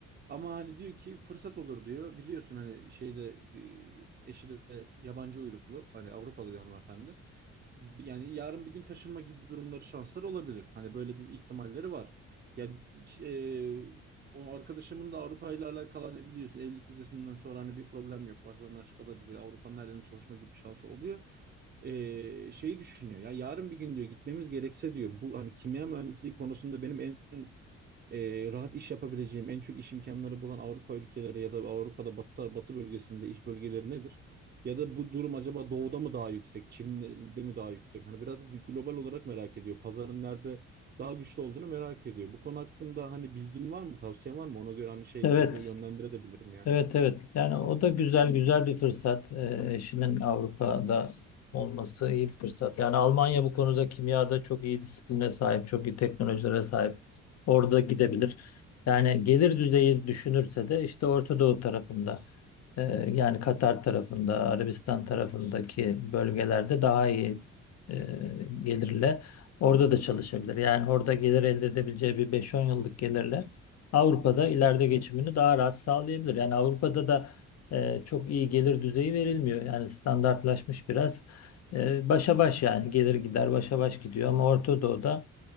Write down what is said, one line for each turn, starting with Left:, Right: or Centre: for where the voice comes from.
Right: Ama hani diyor ki fırsat olur diyor. Biliyorsun hani şeyde e, eşi de yabancı uyruklu hani Avrupalı bir hanımefendi. Bir- Yani yarın bir gün taşınma gibi durumları şansları olabilir. Hani böyle bir ihtimalleri var. Yani e, o arkadaşımın da Avrupa ile alakalı hani biliyorsun evlilik vizesinden sonra hani bir problem yok. Vatandaşlık alabilir. Avrupa'nın her yerine çalışma gibi bir şansı oluyor. Ee, şeyi düşünüyor ya yarın bir gün diyor gitmemiz gerekse diyor bu hani kimya mühendisliği konusunda benim en e, rahat iş yapabileceğim en çok iş imkanları bulan Avrupa ülkeleri ya da Avrupa'da batı, batı bölgesinde iş bölgeleri nedir? Ya da bu durum acaba doğuda mı daha yüksek, Çin'de mi daha yüksek? Hani biraz da global olarak merak ediyor. Pazarın nerede daha güçlü olduğunu merak ediyor. Bu konu hakkında hani bilgin var mı, tavsiyen var mı? Ona göre hani şey
Left: Evet,
Right: çocuğu yönlendirebilirim yani.
Left: Evet evet yani o da güzel güzel bir fırsat Ee, eşinin Avrupa'da olması iyi bir fırsat yani Almanya bu konuda kimyada çok iyi disipline sahip çok iyi teknolojilere sahip orada gidebilir yani gelir düzeyi düşünürse de işte Orta Doğu tarafında e, yani Katar tarafında Arabistan tarafındaki bölgelerde daha iyi e, gelirle orada da çalışabilir yani orada gelir elde edebileceği bir beş-on yıllık gelirle Avrupa'da ileride geçimini daha rahat sağlayabilir. Yani Avrupa'da da e, çok iyi gelir düzeyi verilmiyor. Yani standartlaşmış biraz. E, başa baş yani gelir gider başa baş gidiyor. Ama Orta Doğu'da